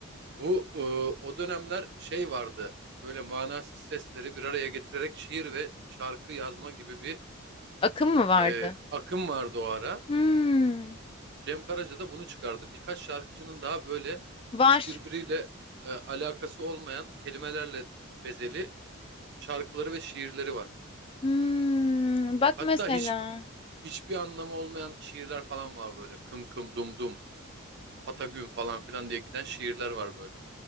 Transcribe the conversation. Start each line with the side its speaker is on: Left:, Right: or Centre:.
Right: Bu e, o dönemler şey vardı. Böyle manasız sesleri bir araya getirerek şiir ve şarkı yazma gibi bir
Left: Akım mı vardı?
Right: e, akım vardı o ara.
Left: Hmm,
Right: Cem Karaca da bunu çıkardı. Birkaç şarkıcının daha böyle
Left: var.
Right: hiç birbiriyle e, alakası olmayan kelimelerle bezeli şarkıları ve şiirleri var.
Left: Hmm, bak
Right: Hatta
Left: mesela.
Right: hiç hiçbir anlamı olmayan şiirler falan var böyle. Kım kım dum dum. Patagün falan filan diye giden şiirler var böyle.